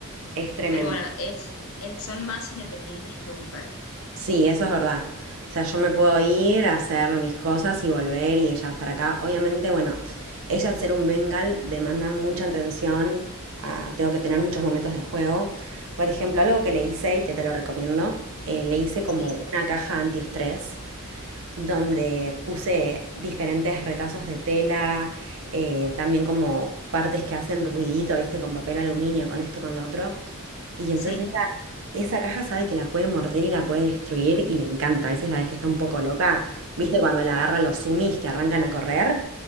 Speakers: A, on the right (about 65°); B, on the left (about 65°).
A: es tremendo.
B: Pero bueno, es, es- son más independientes que un perro.
A: Sí, eso es verdad. O sea, yo me puedo ir a hacer mis cosas y volver y ella va a estar acá. Obviamente, bueno, ella al ser un Bengal demanda mucha atención, ah, tengo que tener muchos momentos de juego. Por ejemplo, algo que le hice y que te lo recomiendo, eh, le hice como
B: Sí,
A: una caja antiestrés donde puse diferentes retazos de tela, eh, también como partes que hacen ruidito, viste, con papel aluminio, con esto, con lo otro. Y entonces
B: sí,
A: esa, esa caja sabe que la puede morder y la puede destruir y le encanta. Esa es la vez que está un poco loca. ¿Viste cuando la agarran los sumis que arrancan a correr?